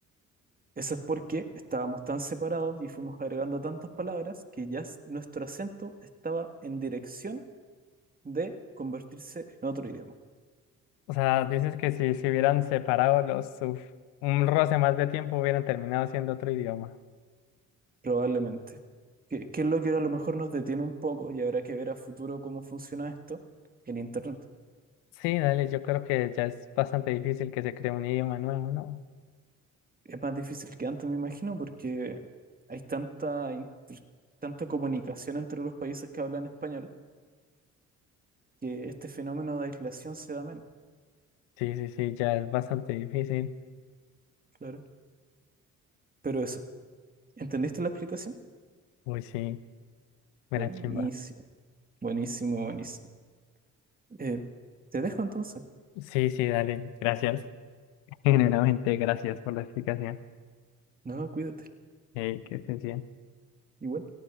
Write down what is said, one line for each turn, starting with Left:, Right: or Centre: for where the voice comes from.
Right: Eso es porque estábamos tan separados y fuimos agregando tantas palabras que ya s- nuestro acento estaba en dirección de convertirse en otro idioma,
Left: O sea, dices que si se hubieran separado los, uf, un roce más de tiempo hubieran terminado siendo otro idioma.
Right: probablemente. ¿Qué, qué es lo que a lo mejor nos detiene un poco y habrá que ver a futuro cómo funciona esto? El Internet.
Left: Sí, dale, yo creo que ya es bastante difícil que se cree un idioma nuevo, ¿no?
Right: Es más difícil que antes, me imagino, porque hay tanta, inter- tanta comunicación entre los países que hablan español que este fenómeno de aislación se da menos,
Left: Sí, sí, sí, ya es bastante difícil.
Right: claro. Pero eso, ¿entendiste la explicación?
Left: Uy, sí, mira,
Right: Buenísimo,
Left: chimba.
Right: buenísimo, buenísimo. Eh, te dejo entonces.
Left: Sí, sí, dale, gracias. <laughs> Generalmente, gracias por la explicación.
Right: No, cuídate.
Left: Eh, que estés bien.
Right: Igual.